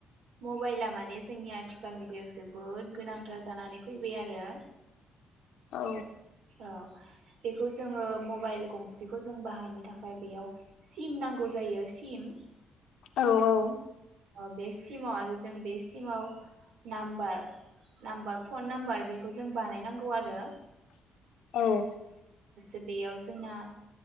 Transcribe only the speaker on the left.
औ।
औ औ।
औ